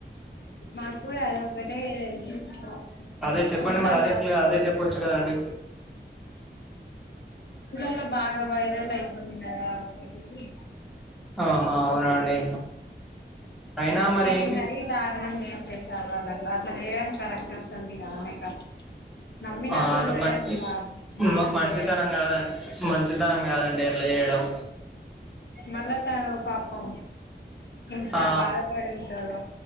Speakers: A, on the left (about 65°); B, in the centre.
A: మాకు కూడా అది ఒక్కటే తెలుసు
B: అదే చెప్పండి
A: ఫోన్లలా
B: మరి అదే్ క్ల
A: వస్తుంది
B: అదే చెప్పోచ్చు
A: కదా
B: కదండి
A: లలో బాగా వైరల్ అయితుంది కదా ఒకటి
B: ఆహా అవునా అండి అయినా మరి
A: కానీ మరీ దారుణం చేసేసారు వాళ్ళ అట్లా చేయడం కరెక్ట్ అసలుకి కానీ కాదు నమ్మినప్పుడు
B: అట్లా
A: మరే
B: మంచి
A: అంత మోసం
B: మంచితనం
A: చేయడం
B: కాదండి మంచితనం కాదండి అట్లా చేయడం
A: మళ్ల తాను పాపం ఎంత
B: ఆ
A: బాధపడి ఉంటారో